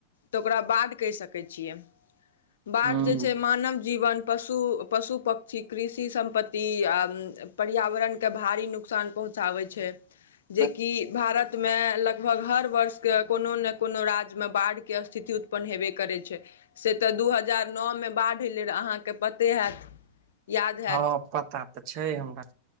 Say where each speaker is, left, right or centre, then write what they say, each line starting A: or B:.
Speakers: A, on the left; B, on the right.
A: तऽ ओकरा बाद कहि सकै छियै बाढ़
B: ह
A: जे छै मानव जीवन पशु पशु पक्षी कृषि सम्पति आ पर्यावरण के भारी नु नुकसान पहुँचा बै छै
B: <inaudible>
A: जेकि भारत मे लगभग हर वर्षके कोनो ने कोनो राज्य मे बाढ़ के स्थिति उत्पन्न हेबे करै छै से तऽ दू हजार नौ मे बाढ़ि अयलै रहऽ अहाँके पते हैत याद
B: हँ
A: हैत
B: पता तऽ छै हमरा